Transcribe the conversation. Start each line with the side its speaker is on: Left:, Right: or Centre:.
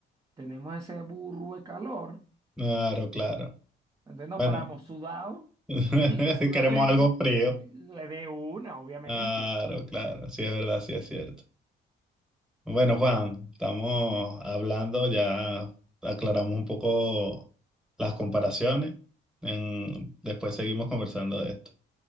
Right: tenemos ese burro de calor.
Centre: Claro, claro.
Right: Entonces nos
Centre: Bueno,
Right: paramos sudado
Centre: <laughs>
Right: <laughs> y, y sudado
Centre: queremos
Right: es-
Centre: algo frío.
Right: de una, obviamente.
Centre: Claro, claro. Sí, es verdad, sí, es cierto. Bueno, Juan, estamos hablando, ya aclaramos un poco las comparaciones. En- después seguimos conversando de esto.